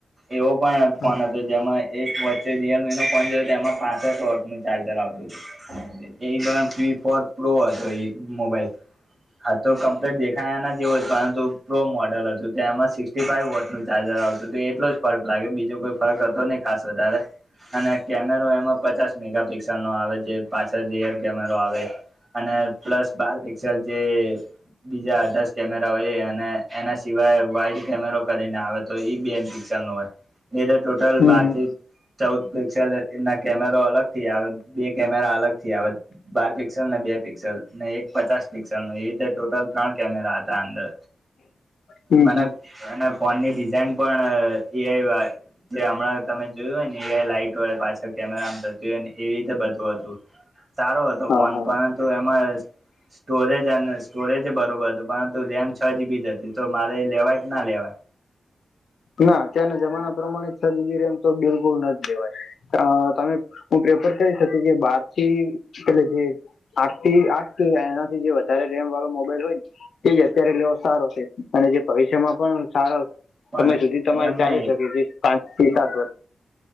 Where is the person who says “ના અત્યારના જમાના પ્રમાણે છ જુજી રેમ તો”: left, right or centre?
Left